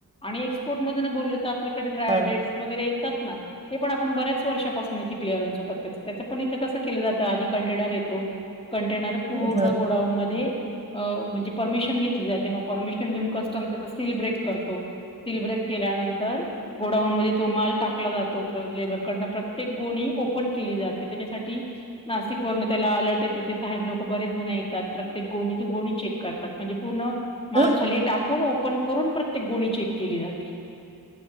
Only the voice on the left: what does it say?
आणि एक्सपोर्ट मध्ये बोलल आता आपल्याकडे ड्राई
डेट्स वगैरे येतात ना ते पण आपण बऱ्याच वर्षापासून इथे क्लिअरन्स होतात त्याचे पण इथे कस केल जात, आधी कंटेनर येतो कंटेनर पूर्ण
गोडाउन मधे म्हणजे परमीशन घेतली जाते मग परमिशन कस्टम्स तिथ सेलिब्रिट करतो. सेलिब्रेट केल्यानंतर गोडाऊन मध्ये तो माल टाकला जातो लेबरकडन प्रत्येक गोणी ओपन केली जाते त्याच्यासाठी नाशिक वरन त्याला अलर्ट येत. ते साहेब लोक बरेच जण येतात प्रत्येक गोणीची गोणी चेक करतात म्हणजे पूर्ण माल
खाली टाकून ओपन करून प्रत्येक गोणी चेक केली जाते.